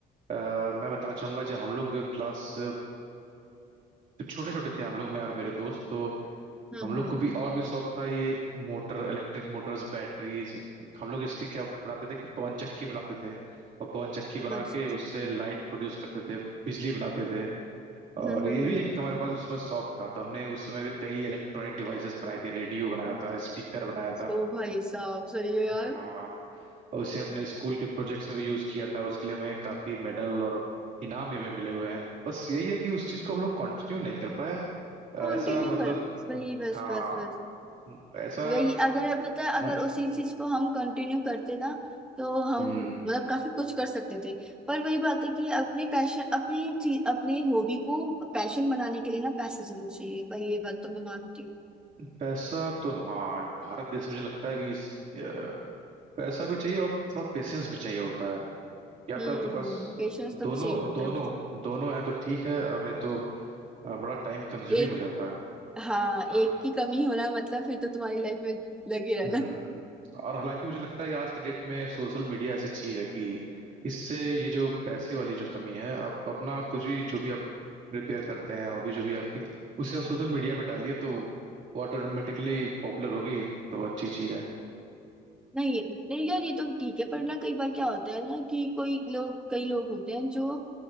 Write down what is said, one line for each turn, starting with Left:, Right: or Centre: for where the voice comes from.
Right: अ, मैं बताना चाहूंगा जब हम लोग क्लास जब छोटे छोटे थे हम लोग मैं और मेरे दोस्त तो
Centre: हम्म
Right: हम लोग
Centre: हम्म
Right: को भी और भी शौक था ये मोटर इलेक्ट्रिक मोटर्स बैटरीज हम लोग इसकी क्या बनाते थे कि पवन चक्की बनाते थे और पवन चक्की बना
Centre: अच्छा
Right: के उससे लाइट प्रोड्यूस करते थे बिजली बनाते थे
Centre: हम्म
Right: और ये
Centre: हम्म
Right: भी
Centre: हम्म।
Right: एक हमारे पास उसमें शौक था तो हमने उस समय भी कई इलेक्ट्रॉनिक डिवाइसेस बनाए थे रेडियो बनाया था स्पीकर बनाया था
Centre: ओ भाई साहब सही है यार
Right: हाँ और उसे अपने स्कूल के प्रोजेक्ट्स में भी यूज किया था उसके लिए हमें काफी मेडल और इनाम भी हमें मिले हुए हैं बस यही है कि उस चीज को हम लोग कंटिन्यू नहीं कर पाए अ,
Centre: कंटिन्यू
Right: ऐसा मतलब
Centre: कर वही
Right: अम,
Centre: बस
Right: हाँ
Centre: बस बस
Right: अम, ऐसा
Centre: वही अगर पता है अगर
Right: अम,
Centre: उसी चीज को हम कंटिन्यू करते ना तो हम
Right: अम,
Centre: मतलब काफी कुछ कर सकते थे पर वही बात है कि अपने पैशन अपनी चीज अपने हॉबी को पैशन बनाने के लिए ना पैसा जरूर चाहिए भाई ये बात तो मैं मानती हूँ
Right: पैसा तो हाँ भारत देश में मुझे लगता है कि इस अ, पैसा भी चाहिए और थोड़ा पेशेंस भी चाहिए होता है या तो
Centre: हम्म
Right: आपके पास
Centre: हम्म पेशेंस तो
Right: दोनों
Centre: भी चाहिए होता
Right: दोनों
Centre: है
Right: दोनों है तो ठीक है और नहीं तो अ, बड़ा टाइम कंज्यूमिंग
Centre: एक
Right: हो जाता
Centre: हाँ
Right: है
Centre: एक की कमी होना मतलब फिर तो तुम्हारी लाइफ में लगी रहना
Right: हम्म और हालांकि मुझे लगता है कि आज के डेट में सोशल मीडिया ऐसी चीज है कि इससे ये जो पैसे वाली जो कमी है आप अपना कुछ भी जो भी आप प्रिपेयर करते हैं हॉबी जो भी आपकी उसे आप सोशल मीडिया पर डालिए तो वो ऑटोमेटिकली पॉपुलर होगी तो अच्छी चीज है
Centre: नहीं नहीं यार ये तो ठीक है पर ना कई बार क्या होता है ना कि कोई लोग कई लोग होते हैं जो